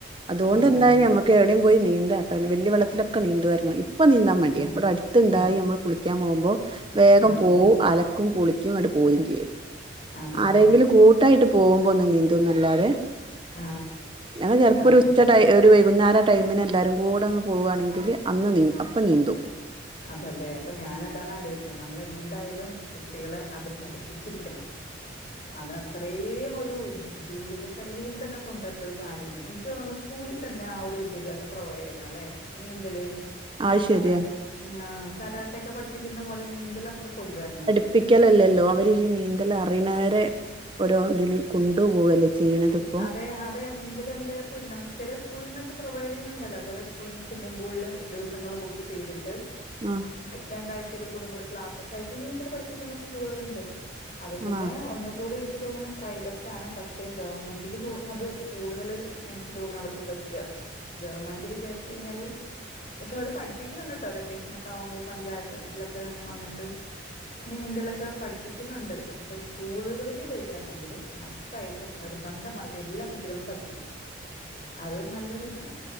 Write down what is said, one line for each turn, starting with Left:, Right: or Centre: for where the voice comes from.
Right: അതുകൊണ്ട്
Left: അതേല്ലേ.
Right: എന്തായി നമ്മുക്ക് എവിടെയും പോയി നീന്താട്ട വലിയ വെള്ള ലോക്കെ നീന്തുവായിരുന്നു ഇപ്പൊ നീന്താൻ മടിയ
Left: ആ, ആ.
Right: ഇവിടെ അടുത്തുണ്ടായി
Left: ആ,
Right: നമ്മള് കുളിക്കാൻ പോവുമ്പോ വേഗം
Left: ആ,
Right: പോവും
Left: ആ.
Right: അലക്കും കുളിക്കും ഇങ്ങട്ട് പോരേം ചെയ്യും
Left: അതേല്ലേ.
Right: ആരെങ്കിലും കൂട്ടായിട്ട് പോവുമ്പോ ഒന്നു നീന്തു എന്നല്ലാതെ
Left: ആ.
Right: ഞങ്ങള് ചെലപ്പോ
Left: അതേല്ലേ.
Right: ഒരു ഉച്ച ടൈ ഒരു വൈകുന്നേര ടൈമിന് എല്ലാരും കൂടെ അങ്ങ് പോവാണെങ്കിൽ അന്ന് നീന്തും അപ്പം നീന്തും
Left: അതെല്ലേ അപ്പൊ ഞാനതാണ് ആലോയിക്കുന്നത് നമ്മളെന്തായാലും കുട്ടികളെ അത് പഠി പ്പിച്ചിരിക്കണം അത് അത്രയും ഒരു ജീവിത ശൈലിയിൽ തന്നെ കൊണ്ടുവരണ്ട ഒരു കാര്യമാണ് എനിക്ക് തോന്നണു സ്കൂ സ്കൂളി തന്നെ ആഹ് ഒരു വിദ്യാഭ്യാസം പ്രൊവൈഡ് ചെയ്യണം അല്ലെ നീന്തല്
Right: അത്
Left: ഇങ്ങനത്തൊക്കെ
Right: ശരിയാ
Left: ആഹ് കരാട്ടൊക്കെ പഠിപ്പിക്കുന്ന പോലെ നീന്തലൊക്കെ കൊണ്ടുവരണം
Right: പ്പിക്കലല്ലല്ലോ അവര് ഈ നീന്തൽ അറിയണവരെ ഓരോ ഇതിന് കൊണ്ടു പോവല്ലേ ചെയ്യണത് ഇപ്പോ
Left: അതെ അ അതെ നീന്തലുണ്ട് പിന്ന ചില സ്കൂളിന്നൊക്കെ പ്രൊവൈഡ് ചെയ്യുന്നുണ്ടല്ലോ ചില സ്കൂളിന്ന് സ്വിമ്മിംഗ് പൂളില് ദിവ സങ്ങൾ ബുക്ക് ചെയ്തി ട്ട്
Right: ആഹ്
Left: രണ്ടാഴ്ചയിൽ കൂടുമ്പോ ഒരു ക്ലാസ്സൊക്കെ ആയിട്ട് നീന്തല് പഠിപ്പിക്കുന്ന സ്കൂളുകളുണ്ട് അത് പിന്നെ
Right: ആഹ്
Left: ഒന്ന് കൂടി എനിക്ക് തോന്നുണു പ്രൈവറ്റ് ആണ് പക്ഷെ ഗവൺമെന്റ് ഇത് അത് കൂടുതല് എനിക്ക് തോന്നണു അവർക്ക് പറ്റുക ഗവൺമെന്റ് വിചാരിച്ച് കഴിഞ്ഞാല് പക്ഷെ അവര് പഠിപ്പിക്കണ് ഉണ്ട് കേട്ടോ വെക്കേഷനൊക്കെ ആവുമ്പോ പഞ്ചായത്ത് തലത്തിലൊക്കെങ്ങനെ വന്നിട്ട് നീന്തലൊക്കെ പഠിപ്പിക്കുന്നുണ്ട് പക്ഷെ സ്കൂളുകളിൽ വരിയാണെങ്കില് മസ് റ്റായിട്ടും നിർബന്ധമായിട്ടും എല്ലാ കുട്ടികളും പഠിക്കും അത് നല്ലൊരു ഇതാ